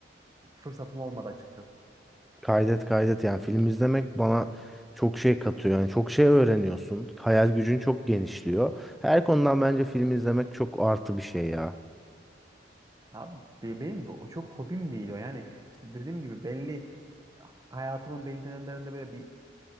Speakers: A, on the right (about 20°); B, in the centre.
A: fırsatım olmadı açıkçası.
B: Kaydet kaydet yani film izlemek bana çok şey katıyor. Yani çok şey öğreniyorsun. Hayal gücün çok genişliyor. Her konudan bence film izlemek çok artı bir şey ya.
A: Abi be- benim bu o çok hobim değil o. Yani işte dediğim gibi belli hayatımın belli dönemlerinde böyle bir